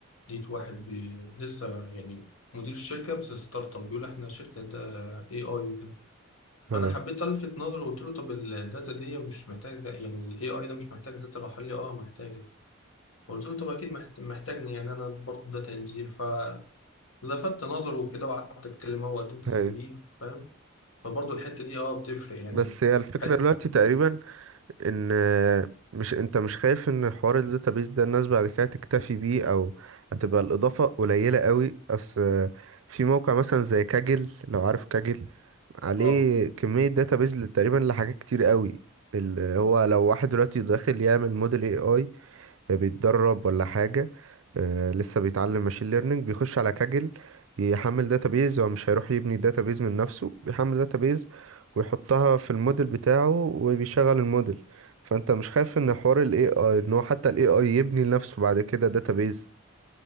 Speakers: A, on the left; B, on the right.
A: لقيت واحد بي... لسه يعني مدير الشركه بس ستارت اب بيقول احنا شركه ده اي اي وكده فانا
B: اه
A: حبيت الفت نظره وقلت له طب الداتا دي مش محتاجه يعني الاي اي ده مش محتاج داتا راح قال لي اه محتاجه فقلت له طب اكيد محت- محتاجني يعني انا برضه داتا انجينير ف لفت نظره وكده وقعدت اتكلم هو قدمت السي
B: ايوه
A: في فاهم فبرضه الحته دي اه بتفرق يعني
B: بس هي الفكره
A: حته
B: دلوقتي تقريبا ان مش انت مش خايف ان حوار الداتابيز ده الناس بعد كده تكتفي بيه او هتبقى الاضافه قليله قوي اصل في موقع مثلا زي كاجل لو عارف كاجل عليه
A: اه
B: كمية داتابيز تقريبا لحاجات كتير قوي اللي هو لو واحد دلوقتي داخل يعمل موديل اي اي بيتدرب ولا حاجة آه، لسه بيتعلم ماشين ليرنينج بيخش على كاجل يحمل داتابيز هو مش هيروح يبني داتابيز من نفسه بيحمل داتابيز ويحطها في الموديل بتاعه وبيشغل الموديل فانت مش خايف ان حوار الاي اي ان هو حتى الاي اي يبني لنفسه بعد كده داتابيز